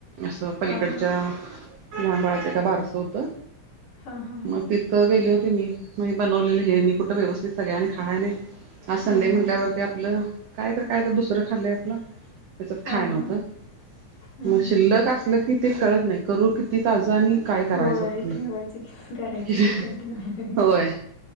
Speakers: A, on the right; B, on the left.
A: असं पलीकडच्या
B: हा हा
A: लहान बाळाचं एका बारसं होतं
B: हा हा हा
A: मग तिथं गेले होते मी मग बनवलेलं हे मी कुठं व्यवस्थित सगळ्या आणि खायय नाहीत
B: हम्म
A: संडे म्हटल्यावरती
B: हम्म
A: आपलं काय तर काय तर दुसरं खाल्लंय आपलं त्याच्यात
B: हा
A: खाय नव्हतं
B: हा हम्म
A: मग शिल्लक
B: हम्म
A: असल की ते कळत नाही करू किती ताज आणि काय करायचं
B: होय
A: कुठलं
B: ठेवायचं की करायचं
A: कि
B: की त्यां ठेवायला
A: होय